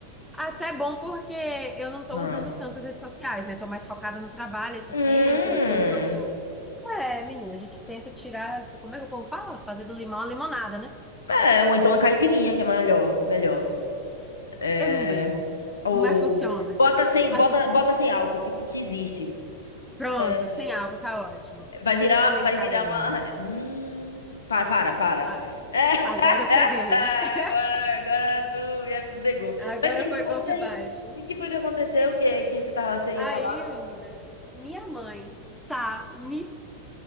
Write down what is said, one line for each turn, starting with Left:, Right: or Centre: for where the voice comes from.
Centre: Até bom porque eu não estou
Left: Ah.
Centre: usando tanto as redes sociais, né? Estou mais focada no trabalho esses
Left: Hum.
Centre: tempos e estou usando. É, menina, a gente tenta tirar. Como é que o povo fala? Fazer do limão a limonada, né?
Left: É, ou então a caipirinha, que é melhor. Melhor. É,
Centre: Eu não bebo,
Left: ou
Centre: mas funciona.
Left: bota sem,
Centre: Mas
Left: bota,
Centre: funciona.
Left: bota sem álcool, que, que existe.
Centre: Pronto,
Left: É,
Centre: sem álcool tá ótimo.
Left: vai
Centre: Com
Left: virar,
Centre: leite condensado
Left: vai virar
Centre: ainda.
Left: uma. Hum, para, para, para.
Centre: A-
Left: <laughs>
Centre: Agora eu
Left: <laughs>
Centre: peguei, né? <laughs>
Left: Agora, agora tu já pegou.
Centre: Agora
Left: Mas sim,
Centre: foi
Left: me conte
Centre: golpe
Left: aí.
Centre: baixo.
Left: O que foi que aconteceu? Que, que você, tava, você ia
Centre: Aí,
Left: falar?
Centre: menina, minha mãe tá me